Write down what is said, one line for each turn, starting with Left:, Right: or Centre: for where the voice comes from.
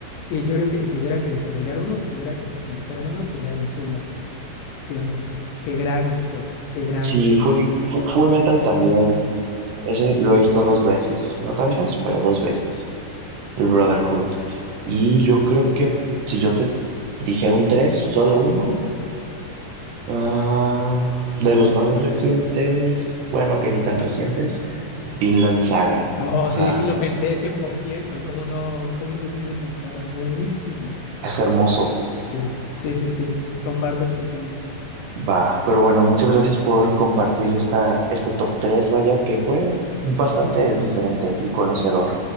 Left: Y yo creo que si tuviera que desarrollar uno, si tuviera que profundizar en uno, sería en Full Metal Alchemist, cien por ciento Qué gran historia, qué gran
Right: Sí,
Left: historia.
Right: Full, Fu- Full Metal también. Ese lo he visto dos veces, no tantas, pero dos veces. El Brotherhood. Y yo creo que si yo te dijera un tres, solo uno, ah, de los más recientes, bueno, que ni tan recientes, Vinland Saga.
Left: Oh,
Right: O
Left: sí,
Right: sea,
Left: sí, lo pensé cien por ciento ¿Cómo no, cómo no le sirven las sagas? Buenísimo.
Right: es hermoso.
Left: Sí, sí, sí, sí. Comparto el sentimiento.
Right: Va, pero bueno, muchas gracias por compartir esta, este top 3 vaya, que fue bastante diferente y conocedor.